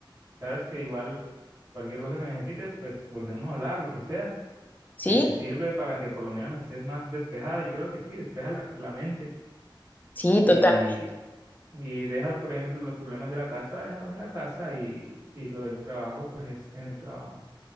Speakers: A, on the right; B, on the left.
A: Sabes que igual cualquier cosa que necesites, pues volvemos a hablar, lo que sea. Si
B: Sí,
A: te sirve para que por lo menos estés más despejada, yo creo que sí, despeja la, la mente
B: sí,
A: y,
B: totalmente.
A: y deja, por ejemplo, los problemas de la casa, déjalos en la casa y, y lo del trabajo, pues es en el trabajo.